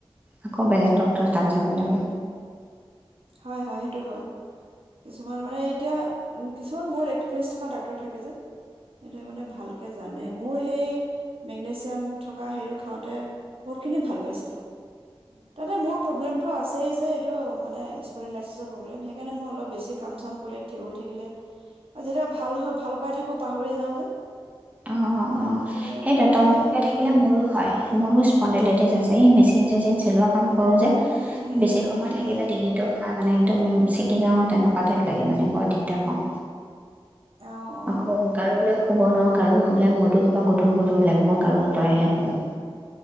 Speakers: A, on the right; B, on the right.
A: আকৌ বেলেগ ডক্তৰ তাত যাব লাগে।
B: হয়-হয় সেইটো হয়, কিছু আৰ মানে এতিয়া কিছুমান বহুত এক্সপেৰিয়েঞ্চ থকা ডাক্তৰ থাকে যে। সেইটো মানে ভালকে জানে মোৰ সেই মেগনেছিয়াম থকা সেইটো খাওঁতে বহুতখিনি ভাল পাইছিলোঁ। তাতে মোৰ প্ৰব্লেমতটো আছে। আছেই যে এইটো মানে ই <unintelligible> প্ৰব্লেম সেইকাৰণে মই অলপ বেছি কাম চাম কৰিলে থিয় হৈ থাকিলে যেতিয়া ভাল হয় ভাল পাই থাকো। পাহৰি যাওঁ যে।
A: অ, অ,
B: তাৰপিছতে
A: অ সেইটোৱে
B: তাকে
A: তলমুৰকে থাকিলে মোৰো হয়, মোৰো স্পন্ডেলেটিজ আছে। এই মেচিন-চেচিন চলোৱা কাম। কৰোঁ যে
B: উম উম
A: বেছি সময়
B: উম
A: থাকিলে
B: উম
A: ডিঙিটো। মানে একদম ছিগি যাওঁ তেনেকুৱা টাইপ লাগে মানে বৰ দিগদাৰ পাওঁ।
B: অ অ
A: আকৌ গাৰুলৈ শু শুব নোৱাৰো গাৰু শুলে মুৰতো কিবা গধুৰ গধুৰ লাগে মই গাৰু আঁতৰাইহে শুওঁ।